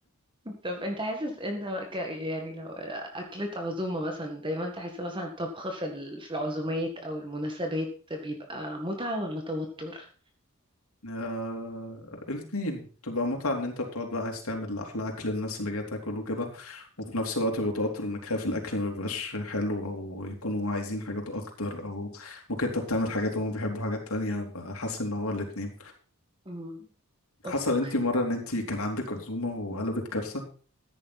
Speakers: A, on the right (about 25°); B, on the left (about 85°).
A: طب انت حاسس انت ك... يعني لو اكلة عزومة مثلا دايما تحس مثلا الطبخ في ال... في العزومات او المناسبات بيبقى متعة ولا توتر
B: آه... الاثنين تبقى متعة ان انت بتقعد بقى عايز تعمل احلى اكل للناس اللي جاية تاكل وكده وفي نفس الوقت يبقى توتر انك خايف الاكل ما يبقاش حلو او يكونوا عايزين حاجات اكتر او ممكن انت بتعمل حاجات وهم بيحبوا حاجات تانية بقى حاسس ان هو الاثنين
A: امم اوكي
B: حصل انت مرة ان انت كان عندك عزومة وقلبت كارثة